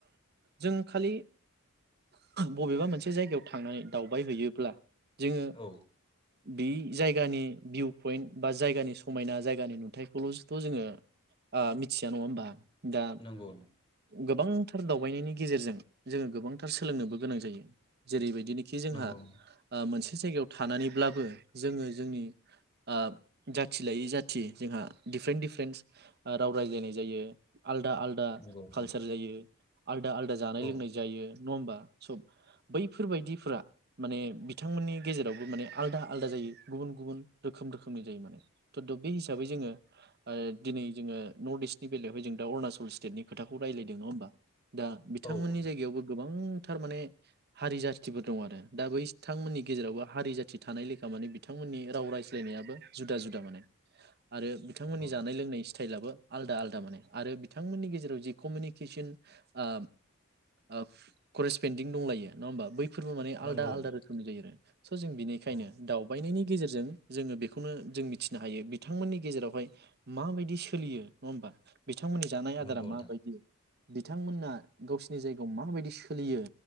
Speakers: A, on the right; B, on the left.
A: जों खालि बबेबा मोनसे जायगायाव थांनानै दावबाय हैैयोब्ला जोङो
B: औ
A: बे जायगानि भिउ पइन्ट बा जायगानि समायना जायगानि नुथायखौल'थ' जोङो मोनथिया नङा होमबा दा
B: नंगौ
A: गोबां थार दावबायनायनि गेजेरजों जोङो गोबांथार सोलोंनोबो गोनां जायो जेरैबायदिनोखि जोंहा
B: नंगौ
A: मोनसे मोनसे जायगायाव थानानैब्लाबो जोङो जोंनि ओ जाथि लायै जाथि जोंहा डिफारेन्ट डिफारेन्ट राव रायज्लायनाय जायो । आलदा आलदा
B: नंगौ औ
A: कालसार
B: नंगौ
A: जायो । आलदा आलदा जानाय
B: औ
A: लोंनाय जायो नङा होमबा? स' बैफोरबायदिफोरा माने बिथां बिथांमोननि गेजेरावबो माने आलदा आलादा जायो गुबुन गुबुन रोखोम रोखोमनि जायो माने बे हिस हिसाबै जोङो ओ दिनै जोङो नर्थ इस्टनि बेलायावहाय दा जों अरुणाचल स्टेटनि खोथाखौ रायलायदों नङा होमबा? दा बिथांमोननि
B: औ नोंथां
A: जायगायावबो गोबां थारमाने हारि जाथिफोर दं आरो दा बै बिथांमोननि गेजेरावबो हारि जाथि थानाय लेखा माने बिथांमोननि राव रायज्लायनायाबो जुदा जुदा माने। आरो बिथांमोननि
B: औ
A: जानाय लोंनाय फिथाइ लाबो आलदा आलदा माने आरो बिथांमोननि गेजेराव जि कमिउनिकेसन ओ ओ करेसपेन्दिं दंलायो नङा होमबा बै फोरबो माने
B: नंगौ
A: आलदा आलादा
B: नोंथां
A: रोखोमनि जायो आरो स' जों बिनिखायनो
B: औ
A: दावबायनायनि गेजेरजों जोङो बेखौनो जों मिथिनो हायो बिथांमोननि गेजेरावहाय माबायदि सोलियो नङा ओम्बा? बिथांमोननि जानाय आदारा
B: नंगौ नोंथां
A: माबायदि? बिथांमोना गावसिनि जायगायाव माबायदि सोलियो